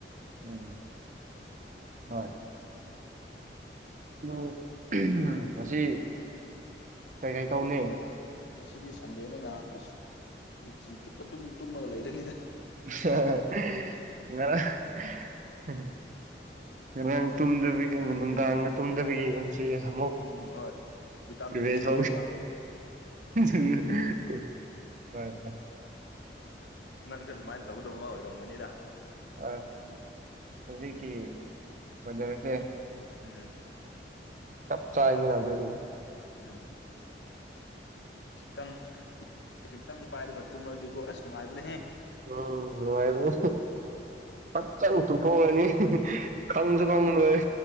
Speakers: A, on the right (about 45°); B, on the left (about 80°).
A: ꯎꯝ ꯍꯣꯏ ꯎꯝ ꯉꯁꯤ ꯀꯩ ꯀꯩ ꯇꯧꯅꯤ
B: ꯉꯁꯤꯗꯤ ꯁꯟꯗꯦꯅꯤꯅ ꯑꯁ ꯅꯨꯡꯊꯤꯟꯜ ꯆꯨꯞꯄ ꯑꯗꯨꯝ ꯇꯨꯝꯃꯒ ꯂꯩꯔꯅꯤꯅ
A: <unintelligible> ꯉꯔꯥꯡ ꯇꯨꯝꯗꯕꯒꯤ ꯅꯨꯡꯗꯥꯡꯗ ꯇꯨꯝꯗꯕꯤꯒꯤ ꯁꯃꯣ
B: ꯎꯝ ꯍꯣꯏ ꯚꯤꯇꯥꯃꯤꯟ
A: ꯔꯤꯃꯦꯁ
B: ꯁꯨꯡꯒꯦꯕ
A: ꯏ <unintelligible> ꯍꯣꯏ ꯍꫭꯏ
B: ꯅꯪ ꯑꯗꯨ ꯃꯥꯥꯏꯅ ꯇꯧꯒꯗꯕ ꯑꯣꯏꯔꯝꯒꯅꯤꯗ
A: ꯑꯥꯏ ꯍꯧꯖꯤꯛꯀꯤ
B: ꯎꯝ
A: ꯋꯦꯗꯔꯁꯦ
B: ꯎꯝ
A: ꯆꯞ ꯆꯥꯏꯅꯤ ꯌꯥꯗꯨꯏꯅꯤ
B: ꯎꯝ ꯈꯤꯇꯪ ꯈꯤꯇꯪ ꯄꯥꯏꯔꯒ ꯇꯨꯝꯂꯗꯤꯀꯣ ꯑꯁ ꯅꯨꯡꯉꯥꯏꯕꯅꯦꯍꯦ
A: ꯎꯝ ꯅꯨꯡꯉꯥꯏꯕꯅꯦ ꯐꯠꯆꯪ ꯊꯨꯝꯊꫭꯛꯔꯅꯤ ꯈꯪꯁꯨ ꯈꯪꯂꫭꯏ